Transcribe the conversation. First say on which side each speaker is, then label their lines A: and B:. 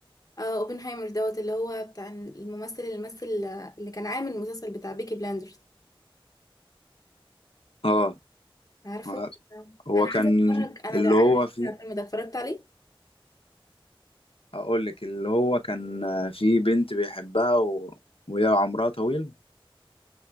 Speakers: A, on the left; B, on the left.
A: آه اوبنهايمر دوت اللي هو بتاع الممثل اللي مثل اللي كان عامل المسلسل بتاع بيكي بلاندرز
B: اه آه.
A: عارفه
B: آه.
A: آه.
B: هو
A: انا
B: كان
A: عايزه اتفرج انا
B: اللي
A: جعانه
B: هو في
A: على الفيلم ده اتفرجت عليه
B: اقول لك اللي هو كان في بنت بيحبها و... وهي عمرها طويل